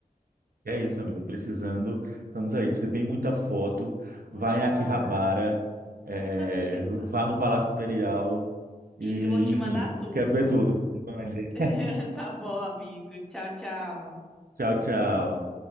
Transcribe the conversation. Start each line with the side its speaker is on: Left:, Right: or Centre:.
Right: E é isso, amigo. Precisando, estamos aí. Tire bem muita foto.
Centre: Vou
Right: Vá
Centre: tirar,
Right: em Akihabara, é,
Centre: com certeza.
Right: vá no Palácio Imperial e,
Centre: E vou te
Right: enfim,
Centre: mandar tudo.
Right: quero ver tudo. Mande.
Centre: <laughs> Tá bom, amigo. Tchau, tchau.
Right: Tchau, tchau.